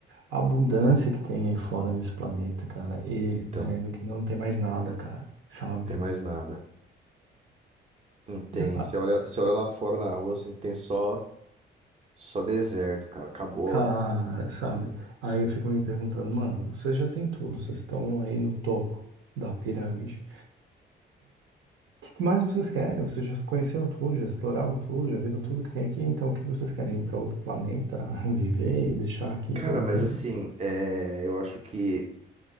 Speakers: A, on the right; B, on the right.
A: A abundância que tem aí fora nesse planeta, cara. Eles
B: Então,
A: dizendo que não tem mais nada, cara, sabe?
B: não tem mais nada. Não tem.
A: Ah,
B: Você olha, você olha lá fora na rua, assim, tem só, só deserto, cara. Acabou.
A: Cara, sabe? Aí eu fico me perguntando, mano, vocês já têm tudo, vocês estão aí no topo da pirâmide. O que mais vocês querem? Vocês já conheceram tudo, já exploraram tudo, já viram tudo que tem aqui, então o que vocês querem? Ir para outro planeta, <laughs> viver e deixar aqui
B: Cara,
A: todo
B: mas
A: mundo?
B: assim, é, eu acho que